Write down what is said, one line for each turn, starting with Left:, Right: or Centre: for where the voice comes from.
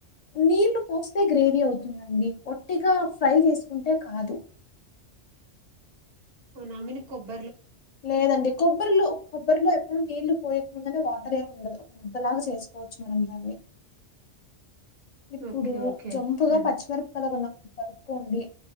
Left: నీళ్లు పోస్తే గ్రేవీ అవుతుందండి ఓట్టిగా ఫ్రై చేసుకుంటే కాదు
Right: ఓనామిని కొబ్బ
Left: లేదండి కొబ్బరిలో కొబ్బరిలో ఎప్పుడు నీళ్లు పోయకముందనే వా అందర ఏమి ఉండదు ఒక ముద్దలాగా చేసుకోవచ్చు మనం దాన్ని ఇప్పుడు
Right: ఓకే ఓకే
Left: జంపుగా
Right: ఉమ్
Left: పచ్చిమిరపకాయలు ఒక నాలుగు నరుక్కోండి